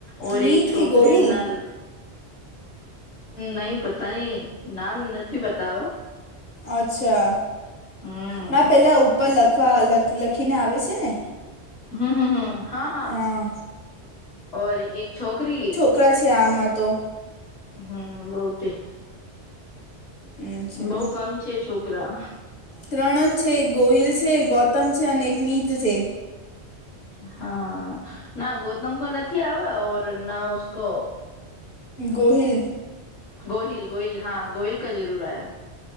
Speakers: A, on the left; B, on the left.
A: ઓર
B: મીત
A: એક છોકરી
B: કે ગોહિલ
A: ના નહીં પોતાની નામ નથી બતાવ્યો
B: અચ્છા
A: હમ
B: મે પહેલાં ઉપર લખવા લખીને આવે છે ને.
A: હમ હમ હમ હા હા
B: હા
A: એક છોકરી
B: કોકરા છે આમાં તો.
A: હમ બહતે.
B: અચ્છા
A: બઉ કમ છે, છોકરા
B: ત્રણ જ છે એક ગોહિલ છે ગૌતમ છે અને એક મિત છે.
A: હા ના ગૌતમ કો નથી આવે બનાઉસ્કોકો
B: ગોહિલ
A: ગોહિલ ગોહિલ હા ગોહિલ કા જરૂર આયા.